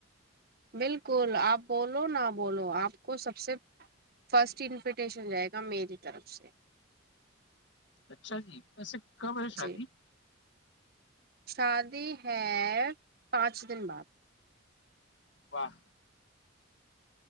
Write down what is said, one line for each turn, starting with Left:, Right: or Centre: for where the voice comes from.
Right: بالکل آپ بولو نہ بولو آپ کو سب سے فرسٹ انویٹیشن جائے گا میری طرف سے
Left: اچھا جی ویسے کب ہے
Right: جی
Left: شادی
Right: شادی ہے پانچ دن بعد
Left: واہ